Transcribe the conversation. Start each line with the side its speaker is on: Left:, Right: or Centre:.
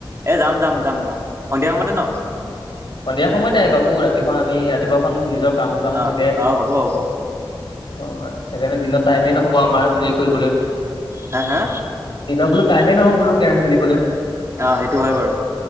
Right: এই যাম যাম যাম যাম সন্ধিয়া সময়তে ন
Left: সন্ধিয়া সময়তে আহ বাকো ৰাতিখন আমি ৰাতিপুৱাখন নিজৰ কাম কাম
Right: অ',
Left: থাকে অ
Right: অ', হ'ব হ'ব।
Left: সেইকাৰণে দিনৰ টাইমেই নহব আমাৰ হেৰি কৰিবলৈ
Right: হা হা
Left: দিনৰ বোলো টাইমেই নহয় বোলো কেম খেলিবলৈ
Right: অ', সেইটো হয় বাৰু,